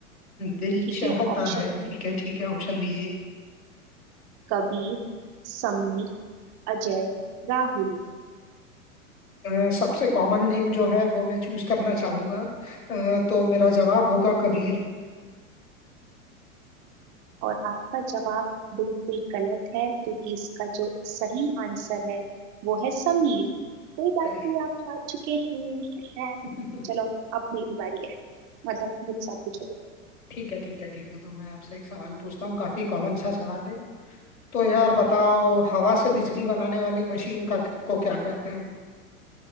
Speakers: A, on the left (about 80°); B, on the right (about 40°).
A: दिल
B: ठीक
A: चाहता
B: है ऑप्शन
A: है ठीक है ठीक है ऑप्शन दीजिए
B: कबीर समीर अजय राहुल
A: अ, सबसे कॉमन नेम जो है वो मैं चूज करना चाहूंगा अ, तो मेरा जवाब होगा कबीर
B: और आपका जवाब बिल्कुल गलत है क्योंकि इसका जो सही आंसर है वो है समीर कोई बात
A: अरे
B: नहीं आप हार चुके हैं
A: <laughs>
B: <laughs> चलो अब मेरी बारी है मतलब मुझसे आप पूछो
A: ठीक है ठीक है ठीक है तो मैं आपसे एक सवाल पूछता हूँ काफी कॉमन सा सवाल है तो यार बताओ हवा से बिजली बनाने वाली मशीन का को क्या कहते हैं